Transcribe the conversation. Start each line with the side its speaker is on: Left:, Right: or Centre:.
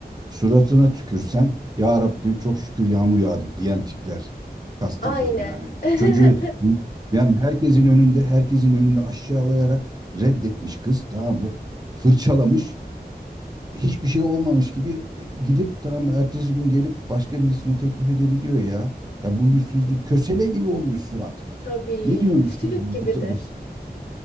Right: suratına tükürsen Ya Rabbi çok şükür yağmur yağdı diyen tipler kastediyorum
Left: aynı.
Right: yani.
Left: <laughs>
Right: Çocuğu yani herkesin önünde herkesin önünde aşağılayarak reddetmiş kız tamam mı? Fırçalamış hiçbir şey olmamış gibi e, gidip tamam ertesi gün gelip başka birisine teklif edebiliyor ya. Ya bu yüzsüzlük kösele gibi olmuş surat.
Left: Tabii
Right: Ne diyorsunuz
Left: püsülük
Right: siz bu,
Left: gibidir.
Right: bu, bu-